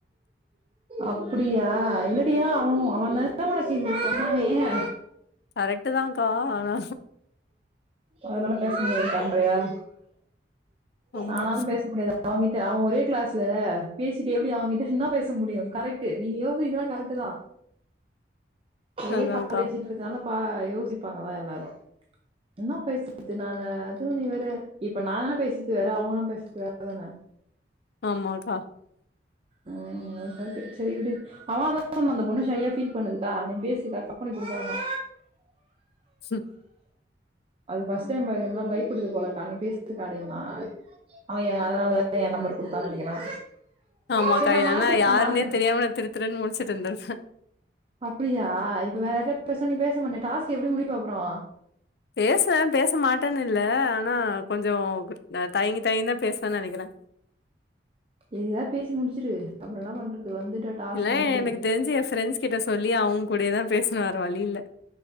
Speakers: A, on the right (about 30°); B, on the left (about 60°).
A: அப்பிடியா என்னடியா அவன் அவன் தா உனக்குங்க சொன்னாவே ஏ
B: கரெக்ட்டு தான்க்கா. ஆனா
A: அதனால பேச முடியாதுகா அயா
B: ஆமா.
A: ஆனாலு பேச முடியாது அவங்கிட்ட அவ ஒரே கிளாஸ்ல பேசிட்டு எப்டி அவங்கிட்ட என்னா பேச முடியு கரெக்ட்டு நீ யோசிக்கிறதலா கரெக்ட்டுதா ஒரே
B: அதான்க்கா.
A: காலேஜுன்றதுனால பா யோசி ப்பாங்கதா எல்லாரும் என்னா பேசுறது நானு அதுவு நீ வேற இப்ப நான்லா பேசறது வேற அவங்கல்லா பேசுறது வேறதான
B: ஆமாக்கா
A: ம் ஓகே ஓகே சேரி விடு அவ அதா சொன்னா அந்த பொண்ணு ஷையா ஃபீல் பண்ணுதுக்கா நீ பேசுக்கா கம்பனி குடுக்கான்னா
B: சூ
A: அது ஃபஸ்ட் டைம் பேசறதுனால பயப்படுது போலக்கா நீ பேசுக்கா அப்டின்னா அவ ஏன் அதனாலதா ஏன் நம்பர் குடுத்தான்னு நெனைக்கிறே
B: ஆமாக்கா
A: சரி நா
B: ஏன்னா
A: மாத்துறே
B: யாருன்னே
A: நா மாத்துறே
B: தெரியாம நா திருதிருன்னு முழிச்சிட்ருந்தே சத்
A: அப்பிடியா இப்ப வேற யார்ட்டயாது பேசணுனா நீ பேச மாட்டியா டாஸ்க் எப்டி முடிப்ப அப்றோ
B: பேசுவே பேச மாட்டேன்னு இல்ல ஆனா கொஞ்சோ ஆ தயங்கி தயங்கிதா பேசுவன்னு நெனைக்கிறே
A: எதையாது பேசி முடிச்சுரு அப்பறோ என்னா பண்றது வந்துட்டு டாஸ்க்
B: இல்ல
A: முடிச்சிரு
B: எனக்கு தெரிஞ்சு ஏன் ஃப்ரெண்ட்ஸ் கிட்ட சொல்லி அவங்க கூடயேதா பேசணு வேற வழி இல்ல